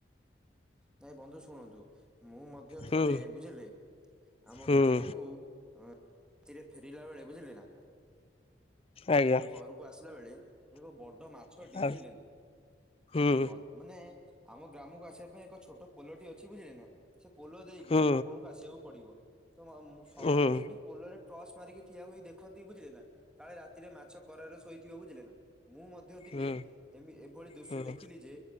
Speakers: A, in the centre; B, on the left.
A: ନାଇଁ ବନ୍ଧୁ ଶୁଣନ୍ତୁ ମୁଁ ମଧ୍ୟ ଥରେ
B: ହୁଁ
A: ବୁଝିଲେ ଆମ
B: ହୁଁ
A: ଗ୍ରାମକୁ ଉଁ ରାତିରେ ଫେରିଲା ବେଳେ ବୁଝିଲେ ନା
B: ଆଜ୍ଞା
A: ମୁଁ ଘରୁ କୁ ଆସିଲା ବେଳେ ଏକ ବଡ ମାଛଟି
B: ଆଉ
A: ବୁଝିଲେ ନା,
B: ହୁଁ
A: ନ ମାନେ ଆମ ଗ୍ରାମକୁ ଆସିବା ପାଇଁ ଏକ ଛୋଟ ପୋଲଟି ଅଛି ବୁଝିଲେ ନା। ସେ ପୋଲ ଦେଇକି
B: ହୁଁ
A: ଆପଣଙ୍କୁ ଆସିଆକୁ ପଡିବ, ତ ମ ସମସ୍ତେ
B: ହୁଁ ହୁଁ
A: ସେଠି ପୋଲରେ ଟ୍ରର୍ଚ ମାରିକି ଠିଆ ହୋଇ ଦେଖନ୍ତି ବୁଝିଲେ ନା, କାଳେ ରାତିରେ ମାଛ କରରେ ଶୋଇ ଥିବ ବୁଝିଲ ନା, ମୁଁ ମ ମଧ୍ୟ ଦିନେ
B: ହୁଁ
A: ଏମି ଏଭଳି ଦୃଶ୍ୟ
B: ହୁଁ
A: ଦେଖିଲି ଯେ,